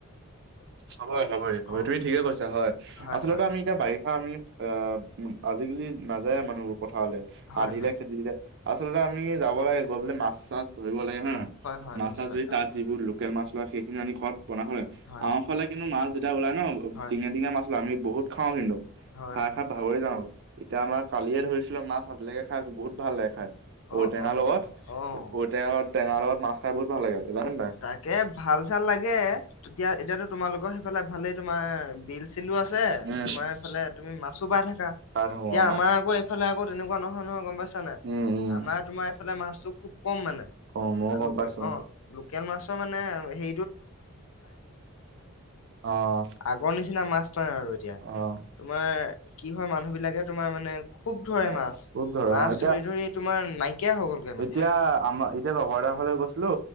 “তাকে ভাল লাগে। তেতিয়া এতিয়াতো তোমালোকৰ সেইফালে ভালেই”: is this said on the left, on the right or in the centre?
Left